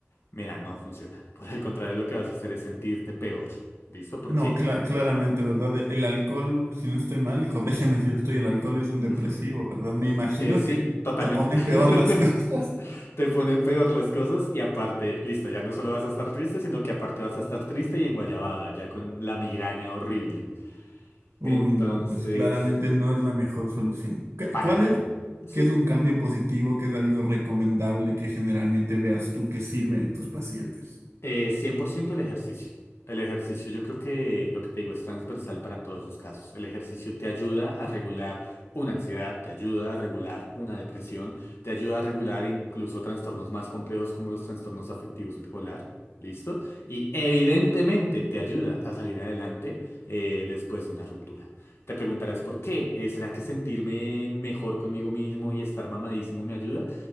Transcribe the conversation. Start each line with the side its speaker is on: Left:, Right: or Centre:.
Left: Mira, no funciona. <laughs> Por el contrario, lo que vas a hacer es sentirte peor, ¿listo? Porque,
Right: No, cla- claramente, ¿verdad? E-, El alcohol, si no estoy mal, y corrígeme si lo estoy, el alcohol es un depresivo,
Left: ujú,
Right: ¿verdad? Me imagino
Left: eh, sí,
Right: que
Left: totalmente.
Right: se ponen
Left: <laughs>
Right: peor las <laughs> cosas.
Left: Te pone peor las cosas y aparte, listo, ya no solo vas a estar triste, sino que aparte vas a estar triste y enguayabada, ya con la migraña horrible.
Right: Uy,
Left: Entonces...
Right: no, pues claramente no es la mejor solución. ¿Qué-
Left: Para
Right: ¿Cuál
Left: nada.
Right: es?
Left: Sí,
Right: ¿Qué es un cambio positivo? ¿Qué es algo recomendable que generalmente veas tú que sirve en tus pacientes?
Left: eh, 100% el ejercicio. El ejercicio yo creo que lo que te digo es transversal para todos los casos. El ejercicio te ayuda a regular una ansiedad, te ayuda a regular una depresión, te ayuda a regular incluso trastornos más complejos como los trastornos afectivos bipolar. ¿Listo? Y evidentemente te ayuda a salir adelante eh, después de una ruptura. Te preguntarás por qué. Eh, ¿será que sentirme mejor conmigo mismo y estar mamadísimo me ayuda?